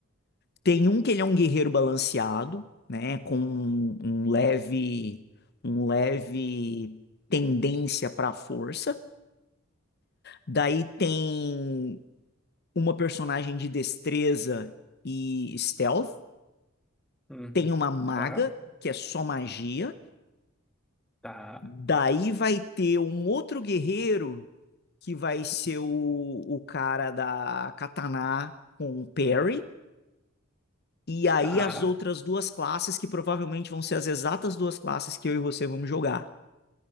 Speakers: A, on the left (about 50°); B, in the centre.
A: Tem um que ele é um guerreiro balanceado, né, com um, um leve, um leve tendência para força. Daí tem uma personagem de destreza e stealth,
B: Hum,
A: tem uma maga,
B: tá,
A: que é só magia,
B: tá,
A: daí vai ter um outro guerreiro, que vai ser o, o cara da katana com o parry, e aí
B: tá.
A: as outras duas classes, que provavelmente vão ser as exatas duas classes que eu e você vamos jogar.